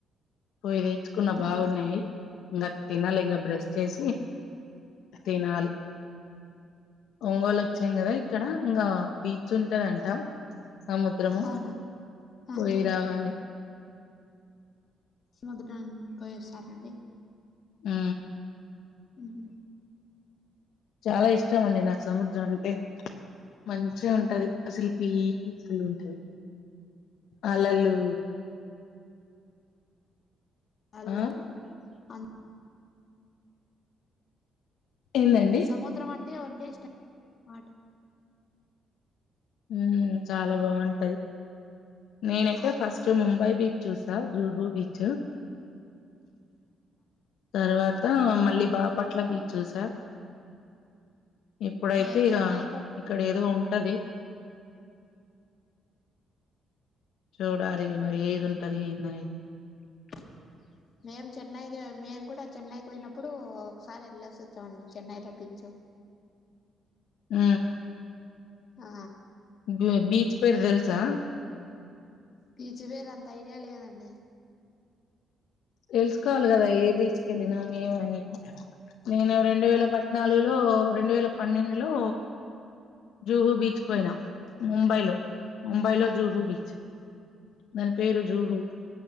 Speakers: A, on the left (about 80°); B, on the left (about 40°).
A: పో తెచ్చుకున్న
B: అవునా
A: బాగున్నాయి ఇంగ తినాలి ఇంగ బ్రష్ చేసి తినాలి ఒంగోలు వచ్చాం కదా ఇక్కడ ఇంగా బీచ్ ఉంటది అంట సముద్ ద్రము
B: అవునా ఆహా
A: పోయి రావలి
B: చూడటం పోయేస్తారండి
A: ఆ
B: ఉహు
A: చాలా ఇష్టం అండి నాకు సముద్రం అంటే మంచిగా ఉంటది అసల్ పిస్ పుల్ గా ఉంటది అలలు
B: హలో
A: ఆ
B: అన్
A: ఏందండి
B: సముద్రం అంటే ఎవరికి ఇష్టం మాట్
A: ఊ చాలా బాగుంటది నేనైతే
B: అవును
A: ఫస్ట్ చ్‌ ముంబై బీచ్ చూసా జుహూ బీచ్ తర్వాత మళ్ళీ బాపట్ల బీచ్ చూసా ఇప్పుడైతే
B: మేము
A: ఇగ
B: చెన్నైకి
A: ఇక్కడ ఏదో ఉంటది చూడలి ఇగ మరి ఏది ఉంటది ఏంది అనేది
B: చూ మేము చెన్నై కి మేము కూడా చెన్నైకి పోయినప్పుడు ఒకసారి వెళ్ళేసి వచ్చాం అండి చెన్నైలో బీచ్
A: ఉ
B: ఆ
A: గో బీచ్ పేరు తెలుసా
B: బిచ్ పేరు అంత ఐడియా లేదండి
A: తెలుసుకోవాలీ కదా ఏ బీచ్ కి వెళ్ళినాం ఏమని నేను రెండు వేల ప ద్నాలుగులో రెండు వేల పన్నెండు లో జూహూ బీచ్ కు పోయిన ముంబైలో ముంబైలో
B: అవునా
A: జూహు బీచ్ దాని పేరు జూహు